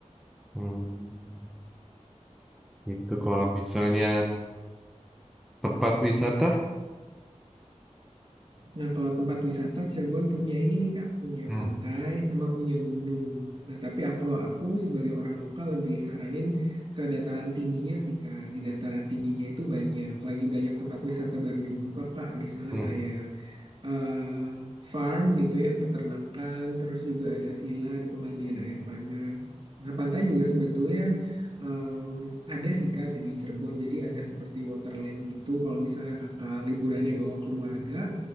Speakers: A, in the centre; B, on the right.
A: Hmm. Itu kalau misalnya tempat wisata?
B: Nah, kalau tempat wisata Cirebon punya ini nih Kak, punya
A: Hmm.
B: pantai sama punya gunung. Nah, tapi ak- kalau aku sebagai orang lokal lebih saranin ke dataran tingginya sih Kak. Di dataran tingginya itu banyak, lagi banyak tempat wisata baru dibuka Kak. Misalnya
A: Hmm.
B: kayak eh, farm gitu ya, peternakan, terus juga ada villa, ada pemandian air panas. Nah, pantai juga sebetulnya em, ada sih Kak di di Cirebon. Jadi ada seperti waterland gitu. Kalau misalnya Kakak liburannya bawa keluarga,